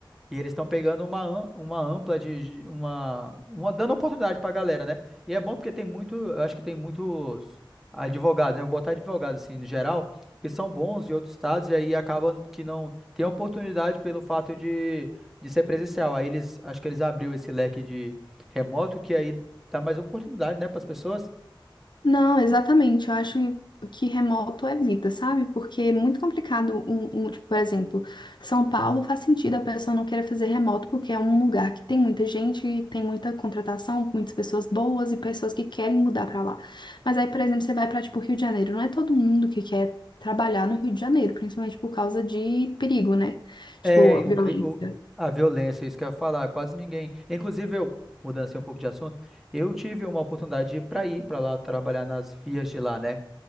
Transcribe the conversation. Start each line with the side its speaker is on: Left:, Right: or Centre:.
Centre: E eles estão pegando uma, am- uma ampla de de- uma, uma dando oportunidade pra galera, né? E é bom porque tem muito, eu acho que tem muitos advogados, né? Vou botar advogado assim, no geral, que são bons de outros estados e aí acabam que não tem oportunidade pelo fato de, de ser presencial. Aí eles, acho que eles abriu esse leque de remoto que aí dá mais oportunidade, né, para as pessoas.
Left: Não, exatamente. Eu acho que remoto é vida, sabe? Porque é muito complicado um, um, tipo, por exemplo, São Paulo faz sentido a pessoa não querer fazer remoto porque é um lugar que tem muita gente, tem muita contratação, muitas pessoas boas e pessoas que querem mudar pra lá. Mas aí, por exemplo, você vai pra tipo Rio de Janeiro, não é todo mundo que quer trabalhar no Rio de Janeiro, principalmente por causa de perigo, né?
Centre: É,
Left: Tipo, violência.
Centre: o, cri- o- a violência, isso que eu ia falar, quase ninguém. Inclusive, eu, mudando assim um pouco de assunto, eu tive uma oportunidade para ir para lá trabalhar nas vias de lá, né?